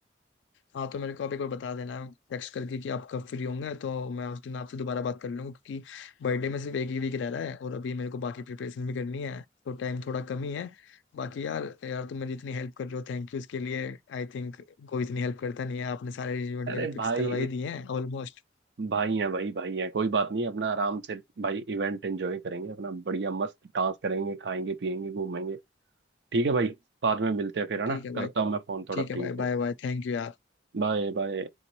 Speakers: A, on the left; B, on the right.
A: हाँ तो मेरे को आप एक बार बता देना टेक्स्ट करके कि आप कब फ्री होंगे तो मैं उस दिन आपसे दोबारा बात कर लूंगा क्योंकि बर्थडे में सिर्फ एक ही वीक रह रहा है और अभी मेरे को बाकी प्रिपरेशन भी करनी है तो टाइम थोड़ा कम ही है बाकी यार यार तुम मेरी इतनी हेल्प कर रहे हो थैंक यू इसके लिए आई थिंक कोई इतनी हेल्प करता नहीं है आपने सारे अरेंजमेंट
B: अरे
A: मेरे फिक्स
B: भाई
A: करवा ही दिए हैं ऑलमोस्ट
B: भाई हैं भाई भाई हैं कोई बात नहीं अपना आराम से भाई इवेंट एंजॉय करेंगे अपना बढ़िया मस्त डांस करेंगे खाएंगे पिएंगे घूमेंगे ठीक है भाई बाद में मिलते हैं फिर है
A: ठीक
B: ना
A: है
B: करता
A: भाई
B: हूँ मैं फोन थोड़ा
A: ठीक
B: फ्री
A: है भाई
B: हो गया
A: Bye bye थैंक यू यार
B: Bye bye